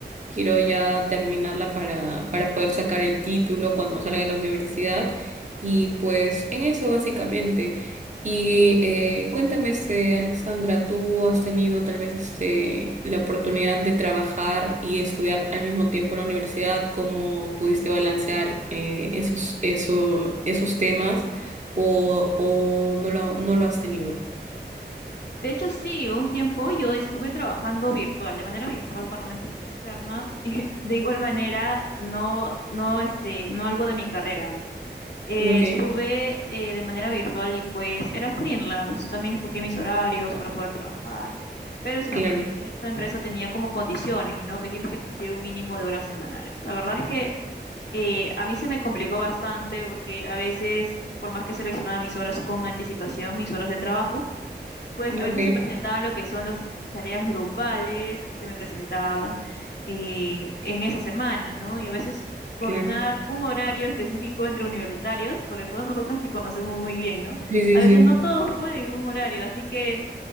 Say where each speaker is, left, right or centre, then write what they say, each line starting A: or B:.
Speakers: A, on the right; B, on the left.
A: Quiero ya terminarla para, para poder sacar el título cuando salga de la universidad. Y pues en eso básicamente. Y eh, cuéntame, este, Alexandra, ¿tú has tenido tal vez este, la oportunidad de trabajar y estudiar al mismo tiempo en la universidad? ¿Cómo pudiste balancear eh, esos, eso, esos temas? ¿O, o no lo, no lo has tenido?
B: De hecho, sí, un tiempo yo estuve trabajando virtual, de manera virtual para una empresa externa <laughs> y de igual manera no, no, este, no algo de mi carrera. Eh,
A: Ok,
B: estuve eh, de manera virtual y pues era freelance. También escogí mis horarios para poder trabajar. Pero eso
A: claro.
B: sí, esta empresa tenía como condiciones, ¿no? Que tienes que cumplir un mínimo de horas semanales. La verdad es que eh, a mí se me complicó bastante porque a veces, por más que seleccionaba mis horas con anticipación, mis horas de trabajo, pues a
A: Ok,
B: veces se presentaban lo que son las tareas grupales, se me presentaban eh, en esa semana, ¿no? Y a veces coordinar
A: claro.
B: un horario específico entre universitarios, sobre todo nosotras que conocemos muy bien, ¿no?
A: Sí, sí,
B: A veces
A: sí.
B: no todos pueden en un horario, así que